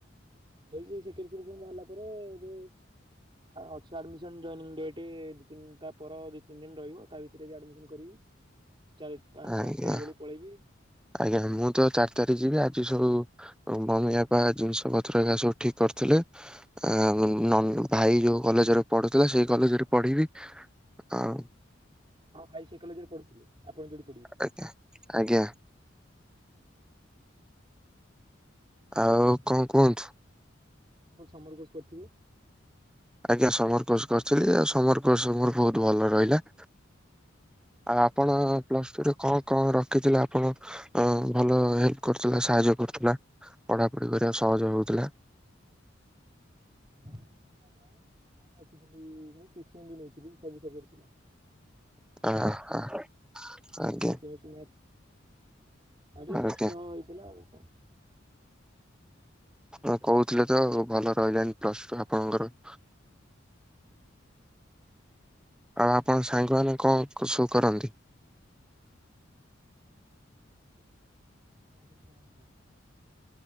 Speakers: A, on the right; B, in the centre.
A: ଏ ସେ ସେକେଣ୍ଡ ସିଲେକ୍ସନ୍ ବାହାରିଲା ପରେ ଏବେ। ଅଛି ଆଡ଼ମିଶନ ଜୈନିଂ ଡେଟ୍ ଦି ତିନ ତା ପର ଦି ତିନି ଦିନ ରହିବ ତା ଭିତରେ ଆଡ଼ମିଶନ କରିବି। ଚାରି ପାଞ୍ଚ
B: ଆଜ୍ଞା
A: ପାଞ୍ଚ ତାରିଖ ବେଳକୁ ପଳେଇବି।
B: ଆଜ୍ଞା ମୁଁ ତ ଚାରି ତାରିଖ ଯିବି ଆଜି ସବୁ। ମମି ବାପା ଜିନିଷ ପତ୍ର ଏକା ସବୁ ଠିକ କରିଥିଲେ। ଆଉ ନ ଭାଇ ଯୋଉ କଲେଜରେ ପଢୁଥିଲା ସେଇ କଲେଜରେ ପଢିବି। ଆଉ।
A: ହଁ ଭାଇ ସେଇ କଲେଜରେ ପଢୁଥିଲେ ଆପଣ ଯୋଉଠି।
B: ଆଜ୍ଞା ଆଜ୍ଞା। ଆଉ କଣ କୁହନ୍ତୁ଼।
A: କୋଉଠି ସମର କୋର୍ସ କରିଥିବେ।
B: ଆଜ୍ଞା ସମର କୋର୍ସ କରିଥିଲି ସମର କୋର୍ସ ମୋର ବହୁତ ଭଲ ରହିଲା। ଆଉ ଆପଣ ପ୍ଲସ ଟୁରେ କଣ। କଣ ରଖିଥିଲେ ଆପଣ ଭଲ ହେଲ୍ପ କରୁଥିଲା ସାହାଯ୍ୟ କରୁଥିଲା। ପଢ଼ାପଢି କରିବାକୁ ସହଜ ହଉଥିଲା।
A: <unintelligible>
B: ଆ ହା ଆଜ୍ଞା।
A: ଫିଜିକ୍ସ କେମିଷ୍ଟ୍ରି ଆଉ ଟିକେ
B: ଆଜ୍ଞା
A: କଷ୍ଟ ହେଇଥିଲା ଆଉ କଣ।
B: ହଁ କହୁଥିଲେ ତ ଆଉ ଭଲ ରହିଲାନି ପ୍ଲସ୍ ଟୁ ଆପଣଙ୍କର।
A: <inaudible>
B: ଆଉ ଆପଣଙ୍କ ସାଙ୍ଗମାନେ କଣ ସବୁ କରନ୍ତି।
A: ମୋ ସାଙ୍ଗମାନେ ଭଲ